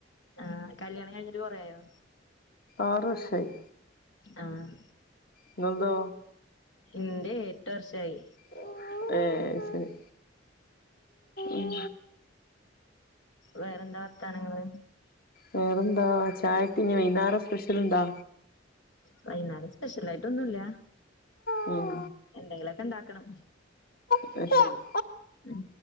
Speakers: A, on the left (about 75°); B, on the left (about 50°).
A: ആഹ് കല്യാണം കഴിഞ്ഞിട്ട് കൊറ ആയോ
B: ആറു വർഷായി
A: ആഹ്
B: ഇങ്ങൾതോ
A: ഇന്റെ എട്ട് വർഷായി
B: ഏഹ് അയ്‌ ശരി ഉം
A: വേറെ എന്താ വാർത്താനങ്ങള്
B: വേറെന്താ ചായയ്ക്ക് വൈന്നേരം സ്പെഷ്യല് എന്താ
A: വൈന്നേരം സ്പെഷ്യലായിട്ടൊന്നും ഇല്ല
B: ഉം
A: എന്തെങ്കിലും ഒക്കെ ഉണ്ടാക്കണം.
B: അത് ശരി
A: ഉം